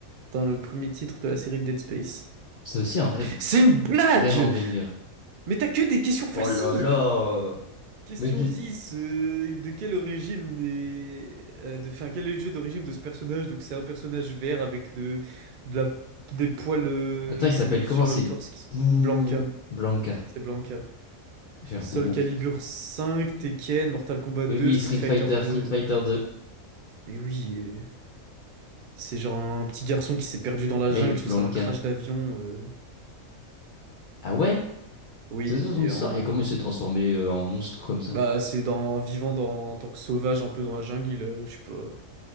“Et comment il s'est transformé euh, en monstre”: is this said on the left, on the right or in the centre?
Left